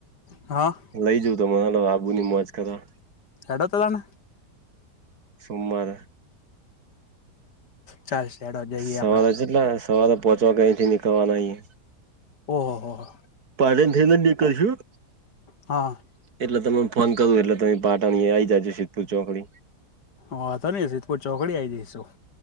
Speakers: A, on the left; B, on the right.
A: હા.
B: લઈ જઉ તમને હાલો આબુની મોજ કરવા.
A: હેડો તો તા.
B: સોમવારે.
A: ચાલશે હેડો. જઈએ
B: સવારે
A: આપડે
B: જેટલા સવારે પોહચવા કઈ થી નીકળવાના અઈએ.
A: ઓહા હો હો.
B: <unintelligible> થઈને જ નીકળશું.
A: હા.
B: એટલે તમને ફોન કરો એટલે તમે પાટણ આ આવી જજો સિદ્ધપુર ચોકડી.
A: વાંધો નહી સિદ્ધપુર ચોકડી આઈ જઈશું.